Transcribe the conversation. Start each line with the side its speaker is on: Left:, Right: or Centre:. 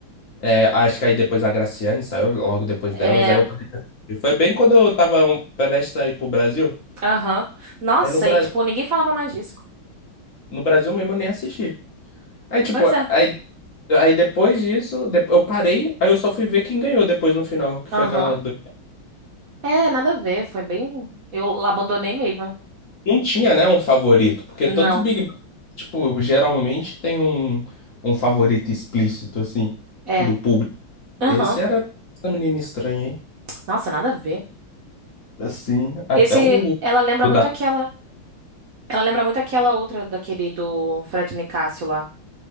Left: É, acho que aí depois a Graciane saiu logo depois
Right: É,
Left: delas. Aí eu perdi. Foi bem quando eu tava um, prestes a ir pro Brasil.
Right: aham. Nossa,
Left: Aí no, Bra
Right: e tipo, ninguém falava mais disso.
Left: no Brasil mesmo eu nem assisti. Aí, tipo,
Right: Pois é.
Left: aí, aí depois disso, de- eu parei, aí eu só fui ver quem ganhou depois no final, que
Right: Aham.
Left: foi aquela. do-
Right: É, nada a ver, foi bem. Eu abandonei mesmo.
Left: Não tinha, né, um favorito, porque
Right: Não.
Left: todos os Big Brother, tipo, geralmente tem um, um favorito explícito, assim,
Right: É.
Left: do público.
Right: Aham.
Left: Esse era essa menina estranha, hein?
Right: Nossa, nada a ver.
Left: Assim, até
Right: Esse,
Left: o.
Right: ela lembra
Left: o
Right: muito
Left: da-
Right: aquela, ela lembra muito aquela outra daquele do Fred Nicásio lá,